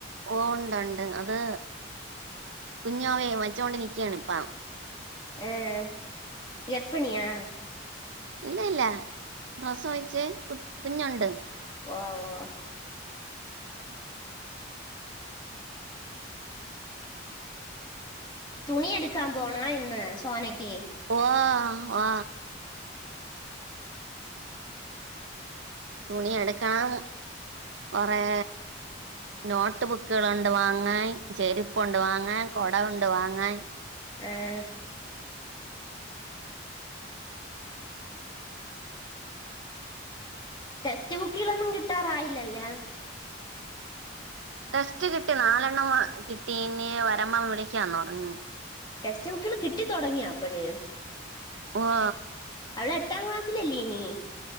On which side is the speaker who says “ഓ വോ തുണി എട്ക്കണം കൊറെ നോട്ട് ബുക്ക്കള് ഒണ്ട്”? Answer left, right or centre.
Right